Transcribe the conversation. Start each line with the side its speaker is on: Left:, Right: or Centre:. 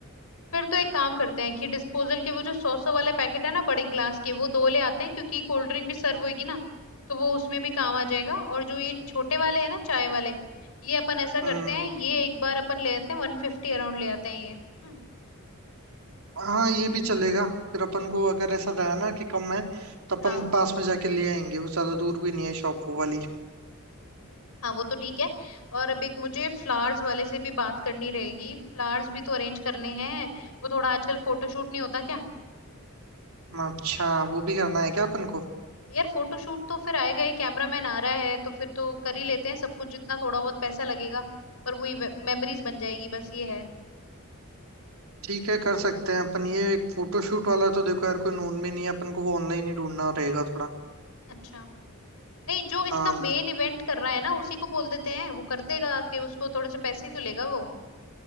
Left: फिर तो एक काम करते हैं कि डिस्पोजल के वो जो सौ सौ वाले पैकेट है ना बड़े ग्लास के वो दो ले आते हैं क्योंकि कोल्ड ड्रिंक भी सर्व होगी ना तो वो उसमें भी काम आ जाएगा और जो ये छोटे वाले हैं ना चाय वाले ये अपन ऐसा
Right: हम्म
Left: करते हैं ये एक बार अपन ले आते हैं वन फिफ्टी अराउंड ले आते हैं ये हम्म
Right: हाँ ये भी चलेगा फिर अपन को अगर ऐसा रहा ना कि कम है तो अपन
Left: हाँ
Right: पास में जाके ले आएंगे वो ज्यादा दूर भी नहीं है शॉप वो वाली
Left: हाँ वो तो ठीक है और अब एक मुझे फ्लावर्स वाले से भी बात करनी रहेगी फ्लावर्स भी तो अरेंज करने हैं वो थोड़ा आजकल फोटोशूट नहीं होता क्या?
Right: अच्छा वो भी करना है क्या अपन को
Left: यार फोटोशूट तो फिर आएगा ही कैमरामैन आ रहा है तो फिर तो कर ही लेते हैं सब कुछ जितना थोड़ा बहुत पैसा लगेगा पर वही मेमोरीज बन जाएगी बस ये है
Right: ठीक है कर सकते हैं अपन ये एक फोटोशूट वाला तो देखो यार कोई नोन में नहीं है अपन को वो ऑनलाइन ही ढूंढना रहेगा थोड़ा
Left: अच्छा नहीं जो इसका
Right: हाँ
Left: मेन इवेंट कर रहा है ना उसी को बोल देते हैं वो कर देगा कि उसको थोड़े से पैसे ही तो लेगा वो